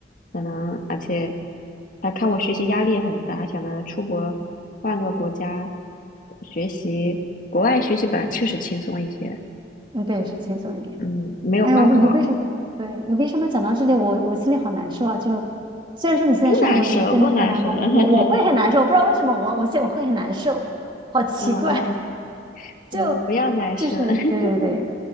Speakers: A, on the left; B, on the right.
A: 可能而且他看我学习压力也很大，想着出国换个国家学习，国外学习本来确实轻松一些，
B: 嗯，对，是轻松一点。
A: 嗯，没有高考。
B: 哎呦，你为什么？对你为什么讲到这里，我我心里好难受啊！就虽然说你现在生活就是真的是蛮好，
A: 不难受，不难受。
B: 我我我会很难受，
A: <laughs>
B: 我不知道为什么我我现我会很难受，好奇怪，
A: 嗯哦，
B: <laughs> 就
A: 嗯，不要难受。
B: 就是对对对，
A: <laughs>